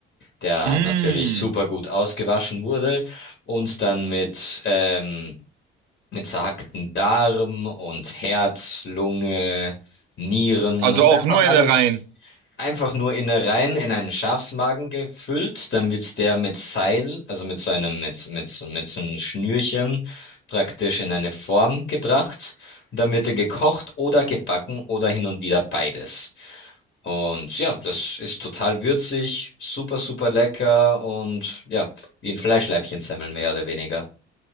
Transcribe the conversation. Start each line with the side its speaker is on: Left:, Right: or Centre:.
Left: der
Right: Mm.
Left: natürlich super gut ausgewaschen wurde und dann mit, ähm, mit zerhackten Darm und Herz, Lunge, Nieren
Right: Also
Left: und
Right: auch
Left: einfach
Right: nur
Left: alles
Right: Innereien.
Left: einfach nur Innereien in einen Schafsmagen gefüllt, dann wird der mit Seil, also mit so einem, mit, mit, so- mit so einem Schnürchen praktisch in eine Form gebracht und dann wird er gekocht oder gebacken oder hin und wieder beides. Und ja, das ist total würzig, super, super lecker und ja, wie ein Fleischleibchen-Semmeln mehr oder weniger.